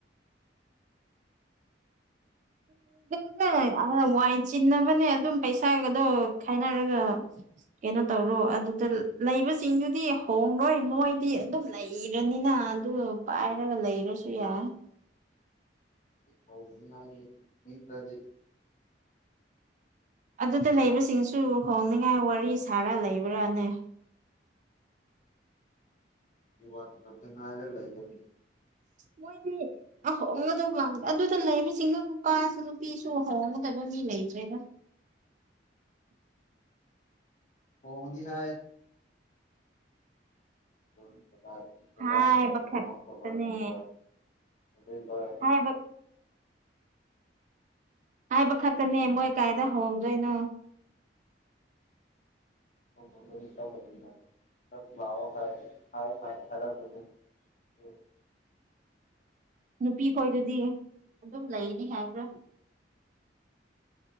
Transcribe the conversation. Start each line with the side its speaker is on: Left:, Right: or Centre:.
Right: <inaudible> ꯋꯥꯏ ꯆꯤꯟꯅꯕꯅꯦ ꯑꯗꯨꯝ ꯄꯩꯁꯥꯒꯗꯣ ꯈꯥꯏꯅꯔꯒ ꯀꯩꯅꯣ ꯇꯧꯔꯣ ꯑꯗꯨꯗ ꯂꯩꯕꯁꯤꯡꯗꯨꯗꯤ ꯍꯣꯔꯣꯏ ꯃꯣꯏꯗꯤ ꯑꯗꯨꯝ ꯂꯩꯔꯅꯤꯅ ꯑꯗꯨ ꯄꯥꯏꯔꯒ ꯂꯩꯔꯁꯨ ꯌꯥꯏ
Left: ꯍꯣꯡꯅꯤꯉꯥꯏꯖꯤ ꯂꯩꯇ꯭ꯔꯗꯤ
Right: ꯑꯗꯨꯗ ꯂꯩꯕꯁꯤꯡꯁꯨ ꯍꯣꯡꯅꯤꯉꯥꯏ ꯋꯥꯔꯤ ꯁꯥꯔ ꯂꯩꯕ꯭ꯔꯥꯅꯦ
Left: ꯔꯤꯋꯥꯔꯠ ꯃꯇꯝꯗ ꯉꯥꯏꯔ ꯂꯩꯕꯒꯤ
Right: ꯃꯣꯏꯗꯤ ꯑꯍꯣꯡꯉꯗꯕ ꯑꯗꯨꯗ ꯂꯩꯔꯤꯁꯤꯡꯅ ꯅꯨꯄꯥꯁꯨ ꯅꯨꯄꯤꯁꯨ ꯍꯣꯡꯒꯗꯕ ꯃꯤ ꯂꯩꯇ꯭ꯔꯦꯗ
Left: ꯍꯣꯡꯉꯅꯤ ꯍꯥꯏ ꯖꯨꯟ ꯖꯨꯂꯥꯏ ꯖꯨꯂꯥꯏ
Right: ꯍꯥꯏꯕ
Left: ꯑꯥꯒꯁ ꯁꯦꯞꯇꯦꯝꯕꯔ
Right: ꯈꯛꯇꯅꯦ
Left: ꯑꯣꯛꯇꯣꯕꯔ ꯅꯕꯦꯝꯕꯔ ꯅꯕꯦꯝꯕꯔ
Right: ꯍꯥꯏꯕ ꯍꯥꯏꯕ ꯈꯛꯇꯅꯦ ꯃꯣꯏ ꯀꯥꯏꯗ ꯍꯣꯡꯗꯣꯏꯅꯣ
Left: ꯑꯣꯛꯇꯣ ꯃꯔꯤ ꯆꯥꯝꯌꯥꯡꯈꯩ ꯈꯛꯇꯪꯅꯦ ꯅꯪ ꯂꯥꯛꯑꯣ ꯍꯥꯏ ꯍꯥꯏ ꯍꯥꯏ ꯍꯥꯏꯔꯛꯄꯅꯦ ꯑꯗꯨ
Right: ꯅꯨꯄꯤ ꯈꯣꯏꯗꯨꯗꯤ ꯑꯗꯨꯝ ꯂꯩꯅꯤ ꯍꯥꯏꯕ꯭ꯔꯥ